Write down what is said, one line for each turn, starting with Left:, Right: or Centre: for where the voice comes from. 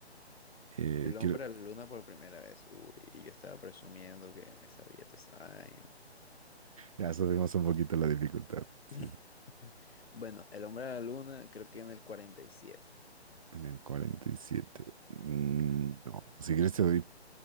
Right: Eh,
Left: El hombre
Right: quiero...
Left: a la luna por primera vez. Uy, y yo estaba presumiendo que me sabía toda esa vaina.
Right: Ya subimos un poquito la dificultad. Sí,
Left: <laughs>
Right: sí,
Left: Bueno, el hombre a la luna creo que en el 47.
Right: en el 47. Mm, no, si quieres te doy